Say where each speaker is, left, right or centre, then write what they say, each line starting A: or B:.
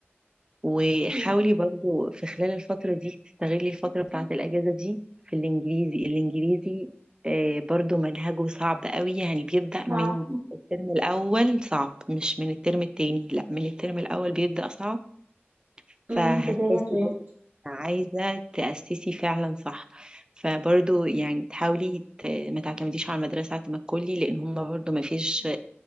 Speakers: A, on the right; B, on the right.
A: وحاولي
B: أمم،
A: برضو في خلال الفترة دي تستغلي الفترة بتاعة الأجازة دي في الإنجليزي الإنجليزي آه، برضو منهجه صعب قوي يعني بيبدأ من
B: صعب
A: الترم الأول صعب مش من الترم التاني لا من الترم الأول بيبدأ صعب فهتحسي
B: أمم، بدايته
A: برضه
B: يعني
A: عايزة تأسسي فعلا صح فبرضه يعني تحاولي ت- ما تعتمديش على المدرسة اعتماد كلي لأن هما برضه ما فيش